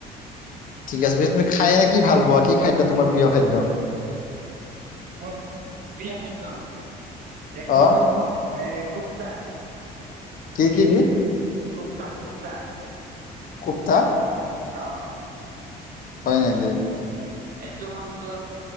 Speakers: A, on the left (about 55°); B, on the right (about 55°).
A: ঠিক আছে ব তুমি খাই নে কি ভাল পোৱা কি খাদ্য তোমাৰ প্ৰিয় খাদ্য।
B: মোৰ প্ৰিয় খাদ্য এক
A: অ'
B: নম্বৰতে থম এ কুপ্তা।
A: কি কি কি।
B: কুপ্তা কুপ্তা।
A: কুক্তা
B: আহ
A: হয় নেকি।
B: এইটো হ'ল তোৰ।